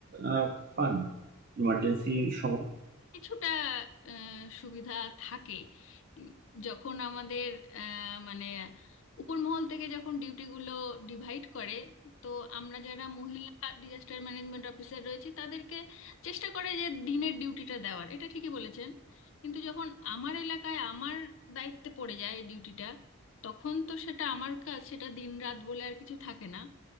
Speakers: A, on the right (about 45°); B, on the left (about 60°).
A: আহ, পান ইমার্জেন্সি সময়
B: কিছুটা আহ, সুবিধা থাকে উম, যখন আমাদের আহ, মানে উপর মহল থেকে যখন ডিউটিগুলো ডিভাইড করে তো আমরা যারা মহিলা ডিজাস্টার ম্যানেজমেন্ট অফিসার রয়েছি তাদেরকে চেষ্টা করে যে দিনের ডিউটিটা দেওয়ার এটা ঠিকই বলেছেন কিন্তু যখন আমার এলাকায় আমার দায়িত্বে পড়ে যায় ডিউটিটা তখন তো সেটা আমার কাজ সেটা দিন রাত বলে আর কিছু থাকে না